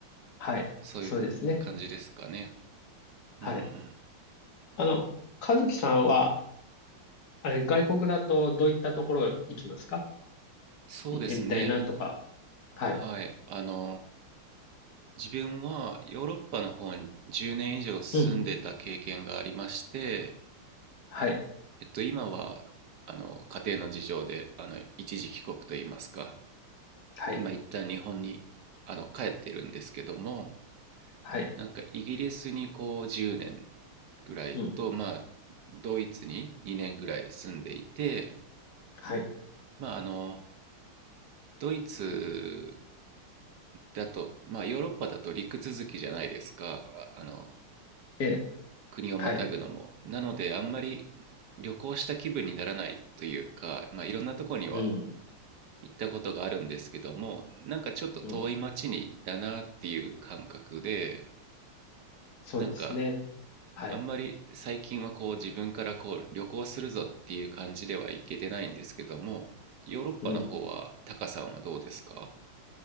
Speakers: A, on the left; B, on the right.
A: はい。
B: そういう感じですかね。
A: そうですね。はい。
B: うんうん。
A: あの、和樹さんは、あれ、外国だとどういったところ行きますか
B: そうですね。
A: 行ってみたいなとか。はい。
B: はい。あの自分はヨーロッパの方に10年以上住んでた経験がありまして、
A: うん。はい。
B: えっと、今はあの家庭の事情であの一時帰国といいますか、
A: はい。
B: 今一旦日本にあの帰ってるんですけども、
A: はい。
B: なんかイギリスにこう10年ぐらいと、
A: うん。
B: まあ、ドイツに2年ぐらい住んでいて、
A: はい。
B: まあ、あのドイツだと、まあ、ヨーロッパだと陸続きじゃないですか。あの
A: ええ。
B: 国をまたぐのも。
A: はい。
B: なので、あんまり旅行した気分にならないというか、まあ、いろんなとこには
A: うん。
B: 行ったことがあるんですけども、なんかちょっと遠い町に行ったなっていう感覚で、
A: うん。そうですね。
B: なんか
A: はい。
B: あんまり最近はこう自分からこう旅行するぞっていう感じでは行けてないんですけども、ヨーロッパの方は、
A: うん。
B: タカさんはどうですか